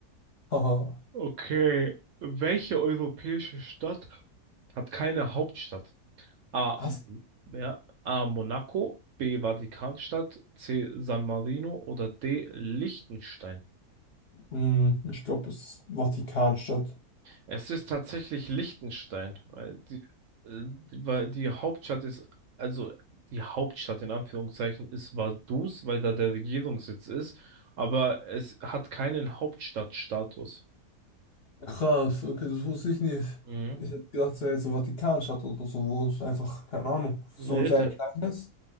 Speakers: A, on the left (about 50°); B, on the right (about 65°).
A: Haha.
B: Okay, welche europäische Stadt hat keine Hauptstadt? A,
A: Was?
B: M- ja, A, Monaco, B, Vatikanstadt, C, San Marino oder D, Liechtenstein.
A: Hm, ich glaube, es ist Vatikanstadt.
B: Es ist tatsächlich Liechtenstein, weil die, äh, die- weil die Hauptstadt ist, also die Hauptstadt in Anführungszeichen ist Vaduz, weil da der Regierungssitz ist, aber es hat keinen Hauptstadtstatus.
A: Krass, okay, das wusste ich nicht.
B: Mhm.
A: Ich hätte gedacht, es wäre jetzt so Vatikanstadt oder so, wo es einfach, keine Ahnung, so
B: Nee,
A: sehr
B: ta
A: klein ist.